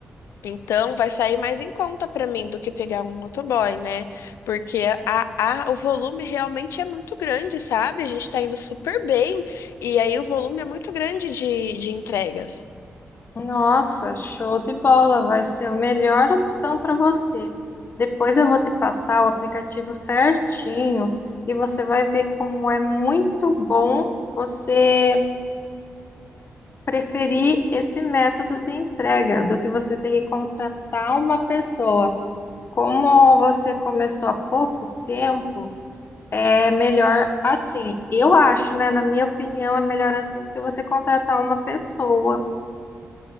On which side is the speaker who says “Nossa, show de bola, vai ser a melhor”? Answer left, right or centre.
Left